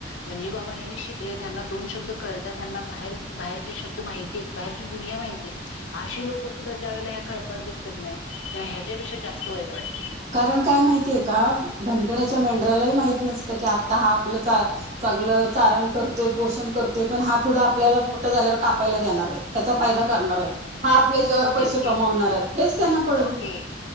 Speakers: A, on the left; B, on the right.
A: म्हणजे बाबा हेणी शिकले ह्याना दोन शब्द कळतेत त्यांना बाहेर.... बाहेरचे शब्द माहती आहेत बाहेरची दुनिया माहिती आहे. अशी लोकं सुद्धा ज्या वेळेला ह्या कळपत दिसत नाय ह्याच्यापेक्षा जास्त वाईट वाटते.
B: कारण काय माहितीये का धनगराच्या मेढया.... धनगरला माहित नसत की आता हा आपलं चा चांगल चारण करतोय पोषण करतोय. पण हा फुढं आपल्याला मोठं झाल्यावर कापायला देणार आहे. चा फायदा करणाराय हा आपल्या जीवावर
A: ओके
B: पैसे
A: ओके
B: कमवणार हेच त्यांना कळत
A: ओके
B: नाही.